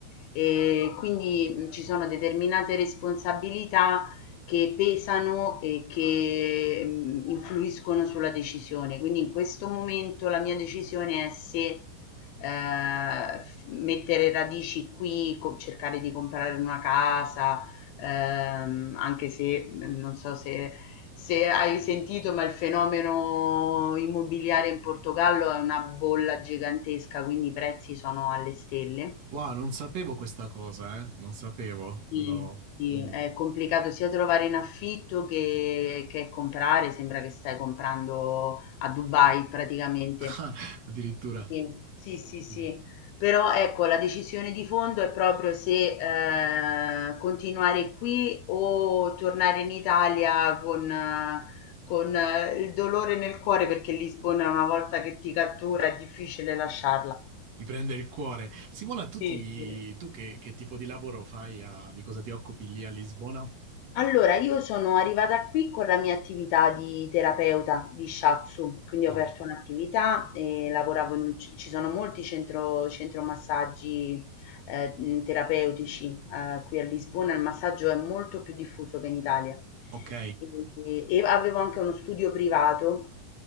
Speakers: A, on the left; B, on the right.
A: e quindi mh, ci sono determinate responsabilità che pesano e che mh, influiscono sulla decisione. Quindi in questo momento la mia decisione è se eh, f- mettere radici qui, co- cercare di comprare una casa, ehm, anche se mh, non so se, se hai sentito, ma il fenomeno immobiliare in Portogallo è una bolla gigantesca, quindi i prezzi sono alle stelle.
B: Wow, non sapevo questa cosa, eh? Non sapevo,
A: Sì,
B: me lo...
A: sì,
B: mm,
A: è complicato sia trovare in affitto che, che comprare, sembra che stai comprando a Dubai praticamente.
B: <laughs> addirittura...
A: Sì, sì, sì,
B: Mhm.
A: sì. Però ecco, la decisione di fondo è proprio se eh, continuare qui o tornare in Italia con, eh, con, eh, il dolore nel cuore perché Lisbona una volta che ti cattura è difficile lasciarla.
B: Ti prende il cuore. Simona, tu,
A: Sì,
B: ti-
A: sì.
B: tu che, che tipo di lavoro fai? a- di cosa ti occupi lì a Lisbona?
A: Allora, io sono arrivata qui con la mia attività di terapeuta di shiatsu, quindi
B: Wow.
A: ho aperto un'attività e lavoravo in un, ci sono molti centro, centro massaggi eh, mh, terapeutici eh, qui a Lisbona, il massaggio è molto più diffuso che in Italia.
B: Ok,
A: E, e avevo anche uno studio privato,